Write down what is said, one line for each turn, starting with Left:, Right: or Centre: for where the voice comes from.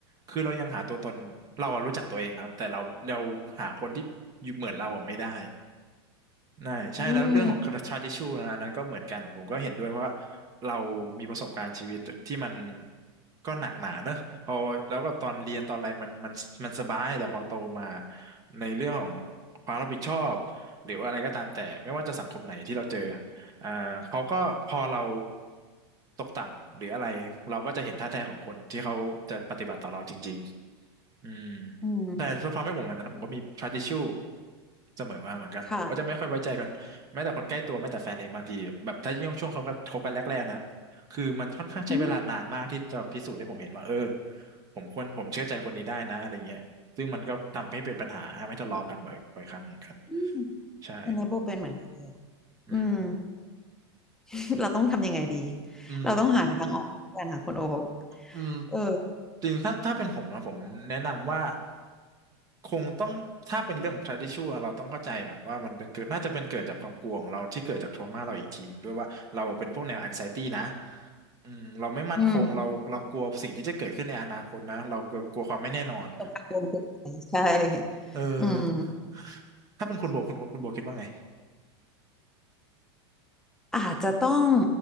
Right: คือเรายังหาตัวตนเราอะรู้จักตัวเองครับแต่เราเราหาคนที่อยู่เหมือนเราอะไม่ได้นั่นใช่แล้วเรื่องของ
Centre: อืม
Right: tradition นะอันนั้นก็เหมือนกันผมก็เห็นด้วยเพราะว่าเรามีประสบการณ์ชีวิตที่มันก็หนักหนาเนอะพอแล้วก็ตอนเรียนตอนอะไรมันมันมันสบายแต่พอโตมาในเรื่องของความรับผิดชอบหรือว่าอะไรก็ตามแต่ไม่ว่าจะสังคมไหนที่เราเจอ อ่าเขาก็พอเราตกต่ำหรืออะไรเราก็จะเห็นท่าแท้ของคนที่เขาจะปฏิบัติต่อเราจริงๆอืม
Centre: อืม
Right: แต่ทำให้ผมหลังจากนั้นผมก็มี trust issue เสมอมาเหมือนกันผมก็จะไม่ค่อยไว้ใจกันแม้แต่คนใกล้ตัวแม้แต่แฟนเองบางทีแบบถ้ายิ่งช่วงคบกันคบกันแรกๆนะ
Centre: ค่ะ
Right: คือมันค่อนข้างใช้เวลานานมากที่จะพิสูจน์ให้ผมเห็นว่าเออ
Centre: อืม
Right: ผมควรผมเชื่อใจคนนี้ได้นะอะไรเงี้ยซึ่งมันก็ทำให้เป็นปัญหาทำให้ทะเลาะกันบ่อยบ่อยครั้งเหมือนกัน
Centre: อืม
Right: ใช่
Centre: อันนี้โบเป็นเหมือนกันเลย
Right: อืม
Centre: อืม <laughs> เราต้องทำยังไงดี
Right: อืม
Centre: เราต้องหาทางออกกันค่ะคุณโอ๊ค
Right: อืม
Centre: เออ
Right: จริงถ้าถ้าเป็นผมนะผมแนะนำว่าคงต้องถ้าเป็นเรื่องของ tradition เราต้องเข้าใจก่อนว่ามันเป็นเกิดน่าจะเป็นเกิดจากความกลัวของเราที่เกิดจาก trauma เราอีกทีนึงด้วยว่าเราเป็นพวกแนว anxiety นะอืมเราไม่มั่นคงเราเรากลัวสิ่งที่จะเกิดขึ้นในอนาคตนะเรากลัวความไม่แน่นอน
Centre: อืมกังวลเกินไปใช่
Right: เออ
Centre: อืม
Right: ถ้าเป็นคุณโบคุณคุณโบคิดว่าไง
Centre: อาจจะต้อง